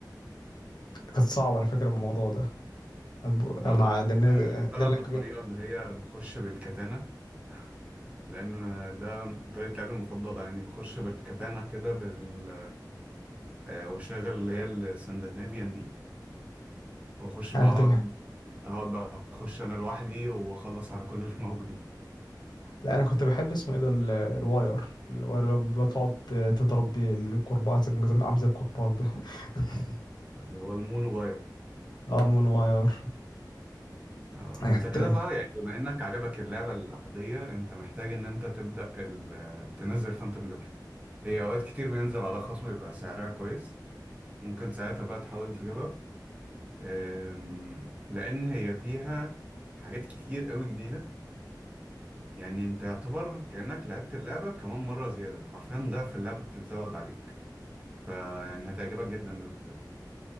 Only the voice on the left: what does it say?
كانت صعبة انا فاكر الموضوع ده أب-
مع
ده اللي-
ده اللي-
انا
كنت
لا انا كنت بحب اسمه ايه ده ال- الواير الواير اللي هو بتقعد تضرب بيه الكرباج زي ما زي- ما- عامل زي الكرباج ده <laughs>
اه المون واير
هت-